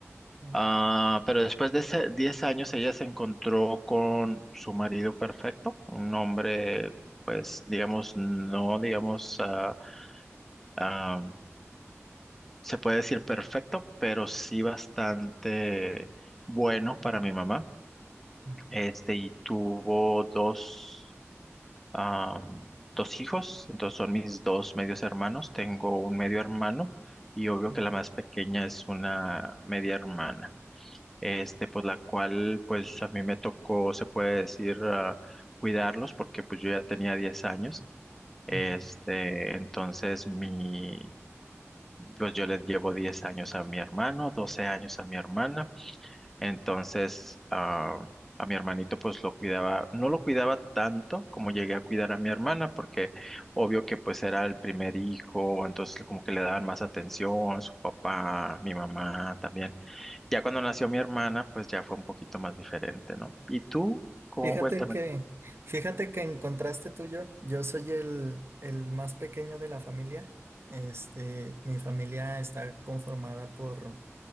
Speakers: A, on the right; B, in the centre.
A: oh,
B: ah, pero después de ese 10 años ella se encontró con su marido perfecto, un hombre, pues, digamos, no, digamos, ah, ah, se puede decir perfecto, pero sí bastante bueno para
A: oh,
B: mi mamá.
A: ujú,
B: este, y tuvo dos, am, dos hijos, entonces son mis dos medios hermanos, tengo un medio hermano y obvio
A: ujú,
B: que la más pequeña es una media hermana, este, pues la cual pues a mí me tocó, se puede decir, ah, cuidarlos porque pues yo ya tenía 10 años, este,
A: ujú.
B: entonces mi, pues yo les llevo 10 años a mi hermano, 12 años a mi hermana. Entonces, ah, a mi hermanito pues lo cuidaba, no lo cuidaba tanto como llegué a cuidar a mi hermana, porque obvio que pues era el primer hijo, entonces como que le daban más atención, su papá, mi mamá también. Ya cuando nació mi hermana, pues ya fue un poquito más diferente, ¿no? ¿Y tú? ¿Cómo?
A: Fíjate
B: Cuéntame.
A: que, fíjate que en contraste tuyo, yo soy el, el más pequeño de la familia. Este, mi familia está conformada por